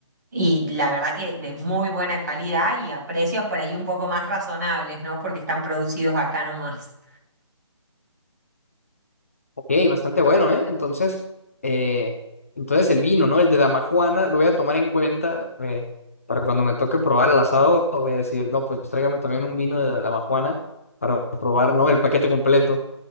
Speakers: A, on the right; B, on the left.
A: y la verdad que de muy buena calidad y a precios por ahí un poco más razonables, ¿no? Porque están producidos acá nomás.
B: Ok, bastante bueno, ¿eh? Entonces, eh, entonces el vino, ¿no? El de Dama Juana, lo voy a tomar en cuenta eh, para cuando me toque probar el asado, voy a decir, no, pues tráigame también un vino de Dama Juana para probar, ¿no? El paquete completo.